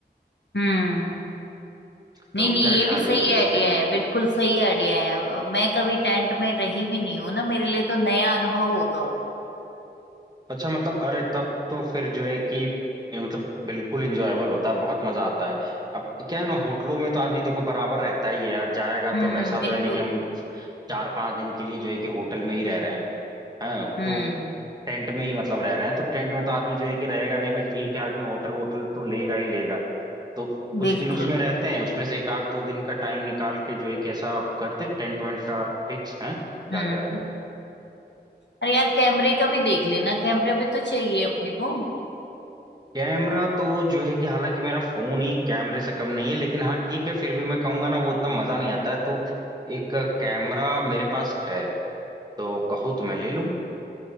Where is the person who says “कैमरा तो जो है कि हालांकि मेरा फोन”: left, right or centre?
Right